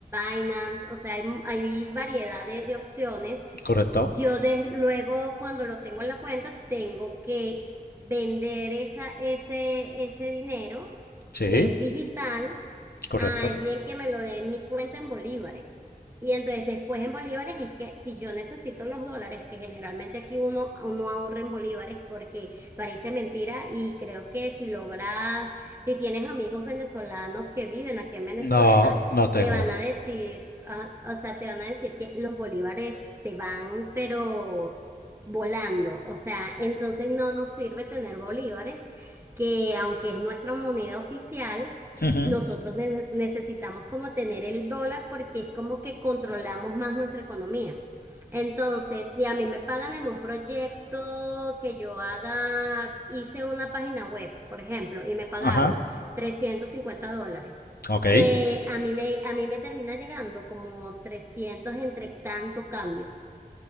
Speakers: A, on the right; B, on the left.
A: Binance, o sea, hay, hay variedad de, de opciones.
B: ¿Correcto?
A: Yo de- luego, cuando lo tengo en la cuenta, tengo que vender esa, ese, ese dinero
B: Sí,
A: que es digital
B: correcto.
A: a alguien que me lo dé en mi cuenta en bolívares. Y entonces después en bolívares es que si yo necesito los dólares, que generalmente aquí uno, uno ahorra en bolívares porque parece mentira y creo que si logras, si tienes amigos venezolanos que viven aquí en Venezuela,
B: No, no tengo
A: te van
B: horas.
A: a decir, ah, o sea, te van a decir que los bolívares se van, pero volando. O sea, entonces no nos sirve tener bolívares, que aunque es nuestra moneda oficial,
B: Ujú,
A: nosotros ne- necesitamos como tener el dólar porque es como que controlamos más nuestra economía. Entonces, si a mí me pagan en un proyecto que yo haga, hice una página web, por ejemplo, y me pagaron
B: Ajá.
A: 350 dólares,
B: Ok.
A: eh, a mí me, a mí me termina llegando como 300 entre tanto cambio